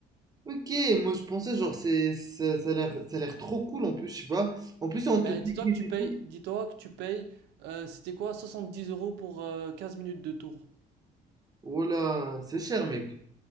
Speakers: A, on the right; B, on the right.
A: Ok, moi je pensais genre c'est ça, ça a l'air ça a l'air trop cool en plus, je sais pas. En plus on
B: Mais
A: te dit
B: dis-toi
A: que-
B: que tu payes, dis-toi que tu payes, euh, c'était quoi, 70 euros pour euh, 15 minutes de tour.
A: Oh là, c'est cher mec.